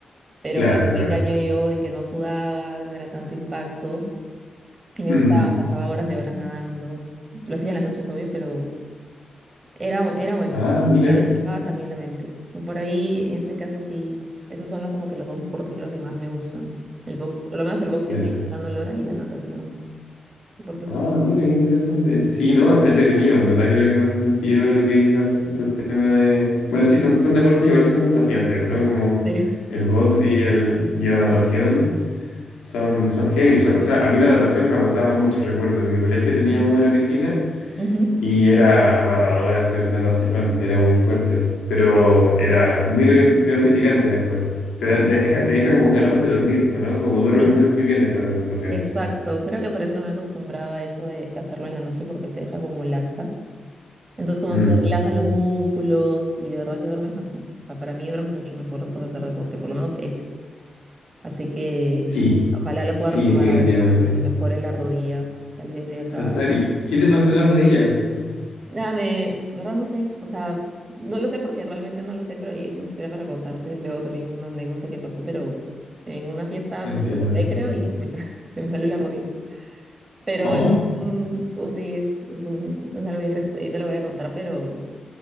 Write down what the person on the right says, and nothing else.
Pero
así
me engaño yo en que no sudaba, no era tanto impacto. Y me
gustaba, pasaba horas de horas nadando. Lo hacía en las noches, obvio, pero era, bu- era bueno.
La despejaba también la mente. Por ahí, en ese caso, sí. Esos son los, como que los dos deportes creo que más me gustan. El box, por lo menos el box
que estoy intentando ahora y la natación. Deportes
así.
Sí.
<laughs>
Ujú.
Sí,
exacto. Creo que por eso me he acostumbrado a eso de hacerlo en la noche porque te deja como laxa. Entonces como
te relaja los músculos y de verdad que duermes mejor. O sea, para mí duermes mucho mejor después de hacer deporte, por lo menos ese. Así que
ojalá lo pueda
retomar
a ver cuando me mejore la rodilla, tal vez de acá.
aunque-
Nada, me, verdad no sé, o sea, no lo sé porque realmente no lo sé, pero ahí es una historia para contarte luego también una anécdota que pasó, pero en una fiesta me
tropecé, creo, y me, ca- <laughs> se me salió la rodilla. Pero
bueno, es un- pues sí, es, es un- es algo bien gracioso, yo te lo voy a contar, pero